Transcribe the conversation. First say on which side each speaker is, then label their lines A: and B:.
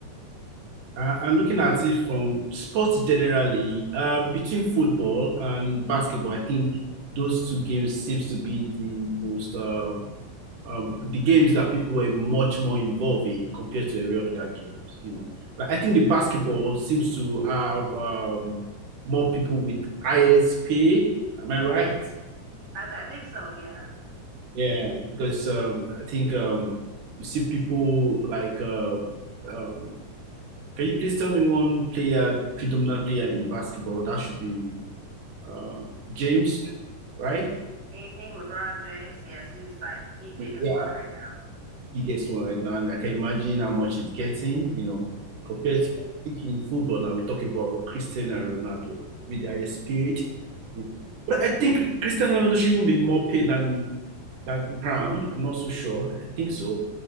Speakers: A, on the right (about 70°); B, on the right (about 50°).
A: Uh, and looking at it from sports generally, uh, between football and basketball, I think those two games seems to be the most uh, um, the games that people were much more involved in compared to every other games, you know. But I think the basketball seems to have um, more people with ISP. Am I right?
B: I, I think so. Yeah.
A: Yeah, because um, I think um, you see people like. Um, um, can you please tell me one player, predominant player in basketball? That should be uh, James, right?
B: Mm-hmm. LeBron James. Yes, he's like the biggest
A: Yeah.
B: one right now.
A: biggest one right now, and I can imagine how much he's getting, you know,
B: Mm-hmm.
A: compared to thinking in football now, we talk about Cristiano Ronaldo with the highest paid. But I think Cristiano Ronaldo should even be more paid than than Brown. I'm not so sure. I think so.